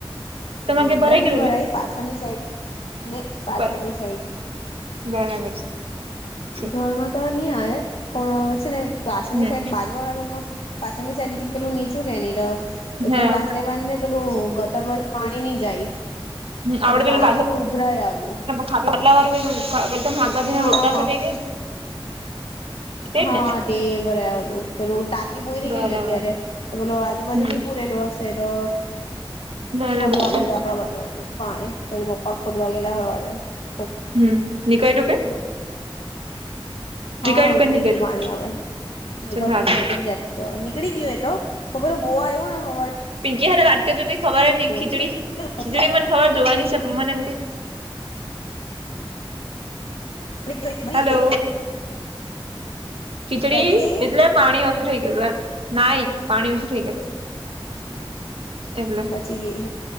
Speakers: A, on the right; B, on the left.
A: તમારે
B: માંડણની
A: ઘેર ભરાઈ ગયેલું
B: ભરાય પાછળની સાઈડ
A: એટલે
B: નહી.
A: બરાબર. છે
B: ઘરમાં તો નહી આવે પણ છે ને પાછળના
A: હમ
B: સાઈડ, રૂમમાં પાછળની સાઈડ થી પેલું નીચું છે એકદમ
A: હા
B: પાછળ બંધને પેલું, તો પાણી નહી જાય
A: આપડે
B: એ
A: પેલું
B: પાણી બધું ઉભરાય આવ્યું.
A: ખાટલા વાળું પેલું શાકભાજીને
B: હા
A: રોપતા
B: હા
A: કે, તેજ
B: હા
A: ને
B: તે ભરાય ટાંકી પુરવા રહી
A: બરાબર
B: ગઈ અત્યારે, આજુબાજુ
A: હમ
B: નહીં પુરેલું હશે, તો
A: બરાબર
B: બધું આ
A: છે
B: આપણા બાજુ પાણી કઈ પપ્પા, ખોદવા ગયા હતા.
A: હા નહી કાઢી કે,
B: હા
A: નીકળ્યું
B: ઉતરી
A: કે નીકળ્યું
B: ગયુ પાણી હવે નીકળું
A: ચાલ હારું
B: ગયુ, જોવા આવે,
A: પીંકી સાથે વાથ કરી ખબર નહી ખીચડી,
B: અંદર એટલે
A: ખબર જોવાની છે મમ્મીને એમ કે,
B: <unintelligible>
A: હલો ખીચડી
B: ભરી ગઈ કે
A: એટલે પાણી ઓછું થઈ ગયેલું એમ નહીં પાણી ઓછું થઈ ગયેલું. એટલે,
B: બચી ગઈ